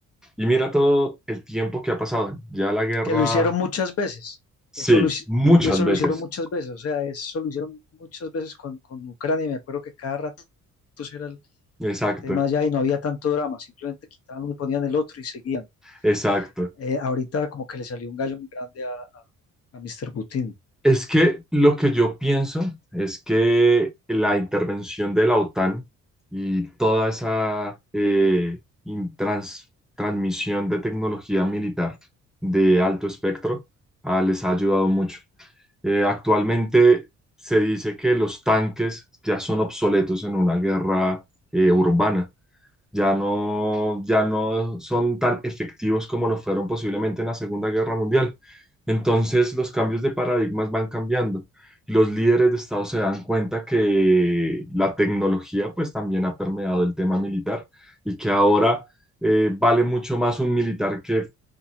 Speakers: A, in the centre; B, on the left.
A: Y mira todo el tiempo que ha pasado. Ya la guerra,
B: Que lo hicieron muchas veces.
A: sí,
B: Eso lo, hic-
A: muchas
B: y eso
A: veces.
B: lo hicieron muchas veces, o sea, eso lo hicieron muchas veces con, con Ucrania. y Me acuerdo que cada rato era el,
A: Exacto,
B: el tema allá y no había tanto drama, simplemente quitaban uno y ponían el otro y seguían.
A: exacto.
B: Eh, ahorita como que le salió un gallo muy grande a, a Mr. Putin.
A: Es que lo que yo pienso es que la intervención de la OTAN y toda esa eh, in- trans- transmisión de tecnología militar de alto espectro ah, les ha ayudado mucho. Eh, actualmente se dice que los tanques ya son obsoletos en una guerra eh, urbana ya no, ya no son tan efectivos como lo fueron posiblemente en la Segunda Guerra Mundial. Entonces, los cambios de paradigmas van cambiando. Y Los líderes de Estado se dan cuenta que la tecnología pues también ha permeado el tema militar y que ahora eh, vale mucho más un militar que